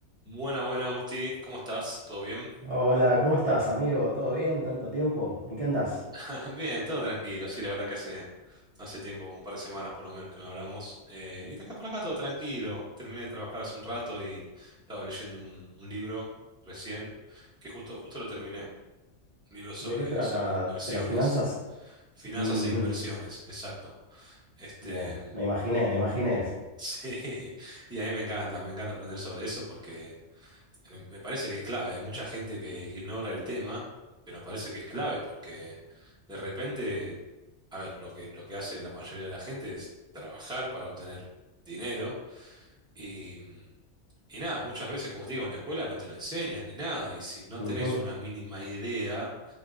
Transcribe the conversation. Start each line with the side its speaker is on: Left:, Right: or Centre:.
Centre: Buena, buena, Agustín. ¿Cómo estás? ¿Todo bien?
Right: Hola, ¿cómo estás, amigo? ¿Todo bien? ¿Tanto tiempo? ¿En qué andás?
Centre: <laughs> Bien, todo tranquilo. Sí, la verdad que hace, hace tiempo, un par de semanas por lo menos que no hablamos. Eh, y de acá por acá todo tranquilo. Terminé de trabajar hace un rato y estaba leyendo un, un libro recién, que justo, justo lo terminé. Un libro sobre,
Right: ¿De qué trata?
Centre: sobre inversiones.
Right: ¿De las finanzas?
Centre: Finanzas
Right: Ujú,
Centre: e inversiones, exacto. Este,
Right: Bien, me imaginé, me imaginé.
Centre: <laughs> sí. Y a mí me encanta, me encanta aprender sobre eso porque me me parece que es clave. Hay mucha gente que ignora el tema, pero me parece que es clave porque de repente, a ver, lo que, lo que hace la mayoría de la gente es trabajar para obtener dinero y, y nada, muchas veces, como te digo, en la escuela no te lo enseñan ni nada y si no
Right: Ujú.
Centre: tenés una mínima idea